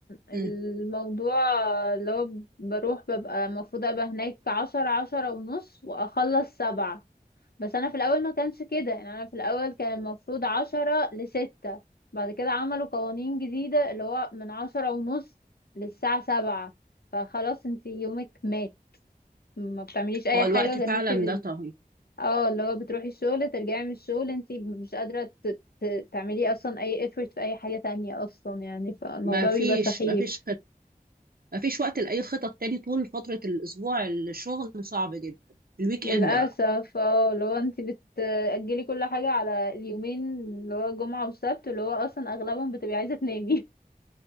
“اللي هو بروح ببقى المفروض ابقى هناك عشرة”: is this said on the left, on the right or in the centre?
Left